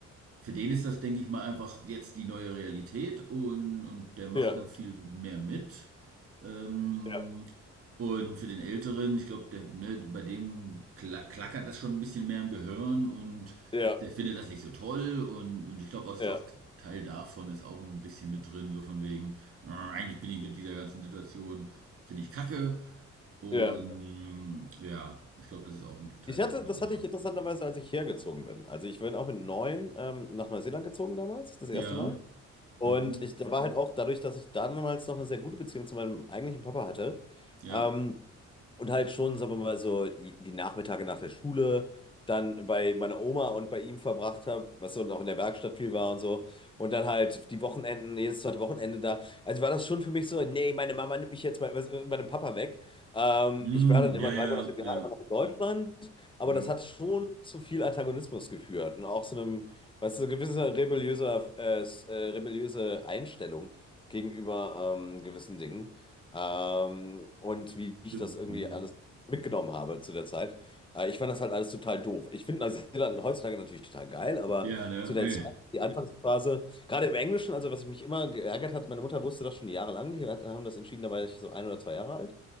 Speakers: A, on the right; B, on the left.
A: Für den ist das, denke ich mal, einfach jetzt die neue Realität und, und der macht
B: Ja,
A: da viel mehr mit. Ähm,
B: ja,
A: und für den Älteren, ich glaube, der, ne, bei dem kla klackert das schon ein bisschen mehr im Gehirn und
B: ja,
A: der findet das nicht so toll und, und ich glaube, auch, ist
B: ja,
A: auch Teil davon ist auch ein bisschen mit drin, so von wegen, äh, eigentlich bin ich mit dieser ganzen Situation, finde ich kacke und
B: ja.
A: ja, ich glaube, das ist auch ein Teil
B: Ich hatte,
A: davon,
B: das
A: aber
B: hatte ich interessanterweise, als ich hergezogen bin. Also ich bin auch mit neun ähm, nach Neuseeland gezogen damals, das erste
A: ja,
B: Mal. Und
A: mhm,
B: ich, da war halt auch dadurch, dass ich damals noch eine sehr gute Beziehung zu meinem eigentlichen Papa hatte,
A: ja.
B: ähm, und halt schon, sagen wir mal so, die Nachmittage nach der Schule dann bei meiner Oma und bei ihm verbracht habe, was so und auch in der Werkstatt viel war und so. Und dann halt die Wochenenden, jedes zweite Wochenende da. Also war das schon für mich so, nee, meine Mama nimmt mich jetzt mein, was- meinem Papa weg. Ähm,
A: Mhm,
B: ich war dann immer
A: ja,
B: drei
A: ja,
B: Monate im
A: ja.
B: Jahr einfach nach Deutschland, aber
A: Ja.
B: das hat schon zu viel Antagonismus geführt und auch so einem Weißt du, so gewisse rebelliöse, äh, s- äh, rebelliöse Einstellung gegenüber ähm, gewissen Dingen ähm, und wie ich
A: Stimmt.
B: das irgendwie
A: Mhm.
B: alles mitgenommen habe zu der Zeit. Äh, ich fand das halt alles total doof. Ich finde Neuseeland heutzutage natürlich total geil, aber
A: Ja, ne?
B: zu der
A: Ey.
B: Zeit, die Anfangsphase, gerade im Englischen, also was mich immer geärgert hat, meine Mutter wusste das schon jahrelang, die hat, haben das entschieden, da war ich so ein oder zwei Jahre alt.